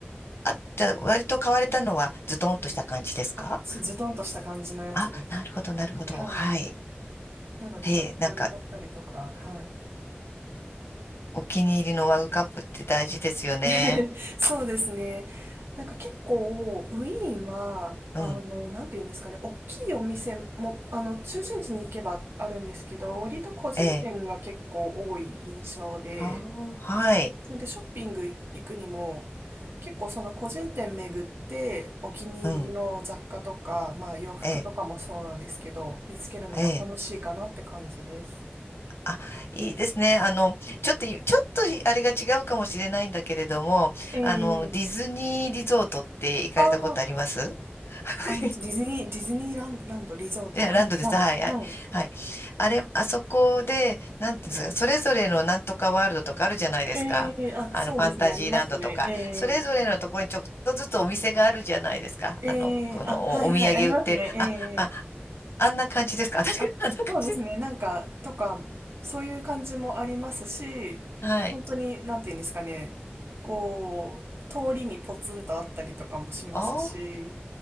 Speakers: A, on the left; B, on the right.
A: あ、じゃあ割と買われたのはズドンとした感じですか
B: あ、そうズドンとした感じのやつです。
A: あ、なるほど、なるほど。
B: はい。
A: はい。
B: なので、
A: へえ、
B: ちょっとそれ買ったりとか、
A: なんか、
B: はい。
A: お気に入りのマグカップって大事ですよね。
B: <laughs> そうですね。なんか結構、ウィーンは、
A: うん。
B: あの、なんていうんですかね、大きいお店も、あの、中心地に行けばあるんですけど、割と個人店が結構多い印象で、
A: ええ。ああ、はい。
B: それでショッピング行くにも、結構その個人店巡って、お気に入りの雑貨とか、
A: うん。
B: まあ洋服とかもそうなんですけど、
A: ええ、
B: 見つけるのが楽しいかなって感じです。
A: ええ。あ、いいですね。あの、ちょっとい、ちょっといあれが違うかもしれないんだけれども、
B: ええ
A: あの、ディズニーリゾートって行かれたことあります
B: ああー、
A: <laughs>
B: あの、ディズニー、ディズニーランランド、リゾート、
A: いや、
B: はい、
A: ランドです。
B: はい、
A: はいはい。
B: はい。
A: はい。あれ、あそこで、なんていうんですか、それぞれのなんとかワールドとかあるじゃないですか。
B: ええあ、
A: あの、
B: そうですね、
A: ファンタジーランドとか、
B: ありますね。
A: それぞれのところにちょっとずつお店があるじゃないですか。
B: ええええあ、
A: あの、このお、
B: はいはい、
A: お土産売ってる。
B: ありますね。ええ
A: あ、あ、あんな感じですか。<laughs> あんな感
B: あ、そうですね、
A: じです。
B: なんか、とか、そういう感じもありますし、
A: はい。
B: 本当に、なんていうんですかね、こう、通りにポツンとあったりとかもしますし、
A: ああ、